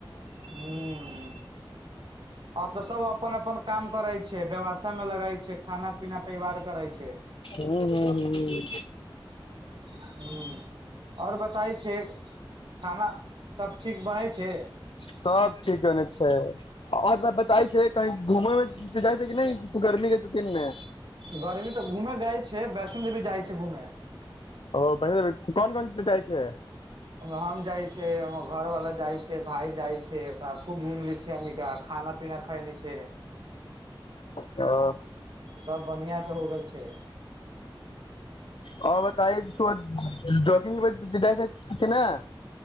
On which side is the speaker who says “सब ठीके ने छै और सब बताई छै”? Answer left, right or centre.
Left